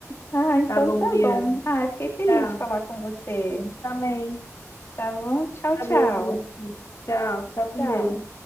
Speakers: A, on the left (about 55°); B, on the left (about 85°).
A: Ah, então
B: tá bom,
A: tá
B: Bianca.
A: bom. Ah, eu fiquei feliz
B: Tchau.
A: de falar com você.
B: Também.
A: Tá bom? Tchau, tchau.
B: Adeus, Bianca. Tchau. Fica com
A: Tchau.
B: Deus.